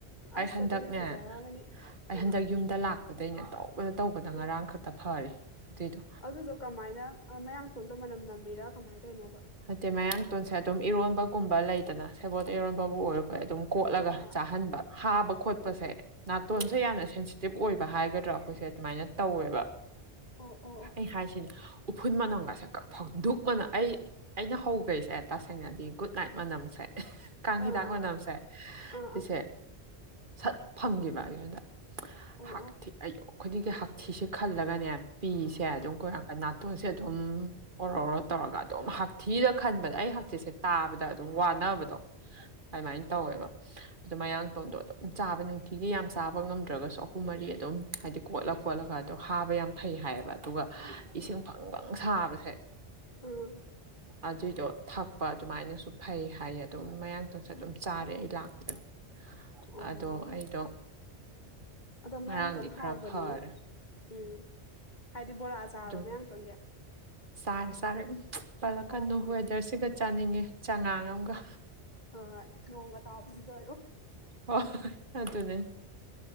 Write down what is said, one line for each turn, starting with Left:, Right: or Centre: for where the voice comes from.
Right: ꯑꯩ
Left: ꯑꯁ
Right: ꯍꯟꯗꯛꯅꯦ
Left: ꯑꯗꯨꯗꯤ ꯐꯖꯔꯝꯃꯅꯤ
Right: ꯑꯩ
Left: ꯎꯝ
Right: ꯍꯟꯗꯛ ꯌꯨꯝꯗ ꯂꯥꯛꯄꯗꯩꯅ ꯇꯧꯕꯗ ꯇꯧꯕꯗ
Left: ꯎꯝ
Right: ꯉꯔꯥꯡ ꯈꯛꯇ ꯐꯔꯤ ꯑꯗꯨꯏꯗꯣ
Left: ꯑꯗꯨꯗꯣ ꯀꯃꯥꯏꯅ ꯃꯌꯥꯡꯊꯣꯟꯗꯣ ꯃꯅꯝ ꯅꯝꯃꯤꯔꯥ ꯀꯃꯥꯏꯅ ꯇꯧꯔꯤꯅꯣꯕ
Right: ꯍꯥꯏꯠꯇꯦ ꯃꯌꯥꯡ ꯇꯣꯟꯁꯦ ꯑꯗꯨꯝ ꯏꯔꯣꯟꯕꯒꯨꯝꯕ ꯂꯩꯗꯅ ꯁꯦꯕꯣꯠ ꯏꯔꯣꯟꯕꯕꯨ ꯑꯣꯏꯔ ꯍꫭꯏ ꯑꯗꯨꯝ ꯀꯣꯠꯂꯒ
Left: ꯍꯣꯏ ꯍꯣꯏ ꯍꯣꯏ
Right: ꯆꯥꯍꯟꯕ ꯍꯥꯕ ꯈꯣꯠꯄꯁꯦ
Left: ꯑꯣ
Right: ꯅꯥꯇꯣꯟꯁꯦ
Left: ꯑꯣ
Right: ꯌꯥꯝꯅ ꯤꯞ ꯑꯣꯏꯕ ꯍꯥꯏꯒꯗ꯭ꯔꯥ ꯑꯩꯈꯣꯏꯁꯦ ꯑꯗꯨꯃꯥꯏꯅ ꯇꯧꯋꯦꯕ
Left: ꯑꯣ ꯑꯣ ꯑꯣ
Right: ꯑꯩ ꯍꯥꯏꯁꯤꯅꯦ ꯎꯐꯨꯟ ꯃꯅꯝꯒꯁꯦ ꯀ ꯐ ꯙꯛꯃꯅ ꯑꯩ ꯑꯩꯅ ꯍꯧꯈꯔꯤꯁꯦ ꯇꯁꯦꯡꯅꯗꯤ ꯒꯨꯗ ꯅꯥꯏꯠ ꯃꯅꯝꯁꯦ ꯀꯥꯡ
Left: ꯑꯥ
Right: ꯍꯤꯗꯥꯛ
Left: ꯑꯥ
Right: ꯃꯅꯝꯁꯦ
Left: ꯑꯥ
Right: ꯁꯤꯁꯦ
Left: ꯑꯥ
Right: ꯁꯠ ꯐꯪꯈꯤꯕ ꯑꯩꯉꯣꯟꯗ
Left: ꯑꯣ
Right: ꯍꯥꯛꯇꯤ ꯑꯌꯛ ꯈꯨꯗꯤꯡꯒꯤ ꯍꯛꯊꯤꯁꯦ ꯈꯜꯂꯒꯅꯦ ꯄꯤꯁꯦ ꯑꯗꯨꯝ ꯑꯩꯈꫭꯏꯔꯀ ꯅꯥꯇꯣꯟꯁꯦ ꯑꯗꯨꯝ ꯑꯣꯔꯣ ꯑꯣꯔꯣ ꯇꯧꯔꯒ ꯑꯗꯨꯝ ꯍꯥ ꯊꯤꯔ ꯈꯟꯕꯗ ꯑꯩ ꯍꯛꯆꯦꯠꯁꯦ ꯇꯥꯕꯗ ꯑꯗꯨꯝ ꯋꯥꯅꯕꯗꯣ ꯑꯗꯨꯃꯥꯏꯅ ꯇꯧꯋꯦꯕ
Left: INAUDIBLE
Right: ꯑꯗꯨ ꯃꯌꯥꯡꯇꯣꯟꯗꯣ ꯑꯗꯨꯝ ꯆꯥꯕ ꯅꯨꯡꯇꯤꯒꯤ ꯌꯥꯝ ꯆꯥꯕ ꯉꯝꯗ꯭ꯔꯒꯁꯨ ꯑꯍꯨꯝ ꯃꯔꯤ ꯑꯗꯨꯝ ꯍꯥꯏꯗꯤ ꯀꯣꯠꯂ ꯀꯣꯠꯂꯒ ꯑꯗꯨꯣ ꯍꯥꯕ ꯌꯥꯝ ꯐꯩ ꯍꯥꯏꯌꯦꯕ ꯑꯗꯨꯒ ꯏꯁꯤꯡ ꯐꯪ ꯐꯪ ꯁꯥꯕꯁꯦ
Left: ꯎꯝ
Right: ꯑꯗꯨꯏꯗꯣ ꯊꯛꯄ ꯑꯗꯨꯃꯥꯏꯅꯁꯨ ꯐꯩ ꯍꯥꯏꯌꯦ ꯑꯗꯨꯝ ꯃꯌꯥꯡꯇꯪꯁꯨ ꯑꯗꯨꯝ ꯆꯥꯔꯦ ꯑꯩ ꯂꯥꯛꯄꯗꯗꯒꯤ
Left: ꯑꯣ
Right: ꯑꯗꯣ ꯑꯩꯗꯣ
Left: ꯑꯗꯣ ꯃꯌꯥꯡꯇꯣꯟ
Right: ꯉꯔꯥꯡꯗꯤ
Left: ꯍꯥꯎꯕꯅꯤꯉꯣ
Right: ꯈꯔ ꯐꯔꯦ
Left: ꯎꯝ ꯍꯥꯏꯗꯤ ꯕꯣꯔꯥ ꯆꯥꯔꯕ
Right: ꯑꯗꯨꯝ
Left: ꯃꯌꯥꯡꯇꯣꯟꯒꯤ
Right: ꯆꯥꯔꯦ ꯆꯥꯔꯦ ꯄꯜꯂꯛꯀꯅꯨ
Left: ꯍꯥꯎꯕꯅꯦ
Right: ꯋꯦꯗꯔꯁꯤꯒ ꯆꯥꯅꯤꯡꯉꯦ ꯆꯉꯥꯡ ꯑꯃꯒ
Left: ꯑ ꯅꯣꯡꯒ ꯇꯥꯎꯁꯤꯗꯣ
Right: ꯍꯣꯏ ꯍꯣꯏ ꯑꯗꯨꯅꯦ